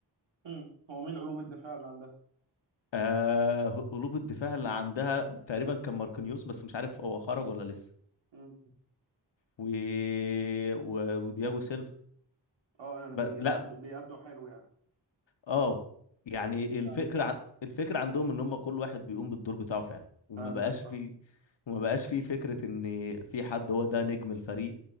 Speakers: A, on the right; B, on the left.
A: امم هو مين قلوب الدفاع اللي عندها
B: آه قلوب الدفاع اللي عندها تقريبا كان ماركينيوس بس مش عارف هو خرج ولا لسه
A: امم
B: و... و... ودياجو سيلفا
A: اه يعني
B: ب...
A: بيأدوا
B: لا
A: بيأدوا حلو يعني
B: اه يعني
A: مم،
B: الفكرة
A: فهمت
B: ع- الفكرة عندهم ان هم كل واحد بيقوم بالدور بتاعه فعلا وما
A: فهمتك
B: بقاش
A: فهمت
B: في وما بقاش في فكرة ان في حد هو ده نجم الفريق